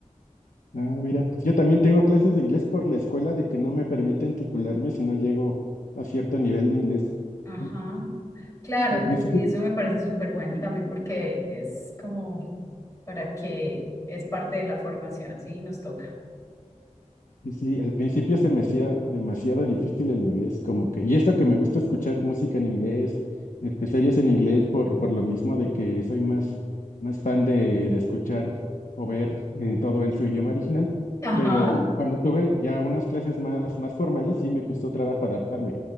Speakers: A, on the left (about 85°); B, on the left (about 25°).
A: Ah, mira, pues yo también tengo clases de inglés por la escuela de que no me permiten titularme si no llego a cierto nivel de inglés.
B: Ajá.
A: Al
B: Claro,
A: al principio,
B: pues y eso me parece súper bueno también porque es como para que es parte de la formación, sí, nos toca.
A: Sí, sí, al principio se me hacía demasiado difícil el inglés, como que, y eso que me gusta escuchar música en inglés, este, series en inglés, por, por lo mismo de que soy más, más fan de, de escuchar o ver eh, todo en su idioma original,
B: Ajá,
A: pero cuando tuve ya unas clases más, más formales, sí me costó trabajo adaptarme.